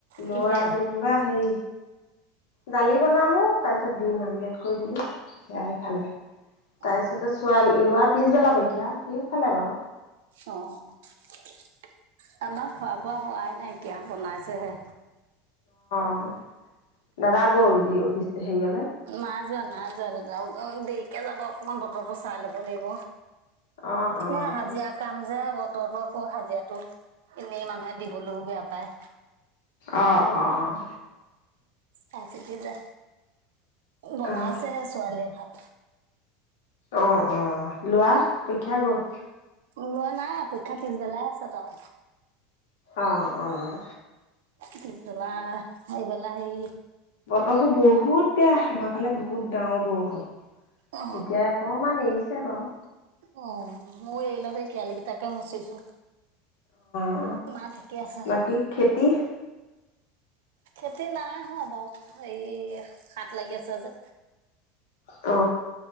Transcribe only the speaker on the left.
লৰা যেনিবা হে দালি বনালো তাৰ পিছত ডিম আমলেট কৰি দিলো সেয়াহাই খালে তাৰপিছতে
লোৱা পিছবেলা পৰীক্ষা সিও খালে বাৰু-
অ দাদা গ'ল দি অফিচ হ হেৰিয়লে।
অ', অ',
অ', অ',
অ',
অ অ লোৱা পৰীক্ষা গ'ল,
আহ অ অ,
বতৰটো বহুত বেয়া আমাৰ ফালে বহুত ডাঙৰ বৰষুণ
এতিয়া অকমান এৰিছে বাৰু
অ
বাকী খেতি
অ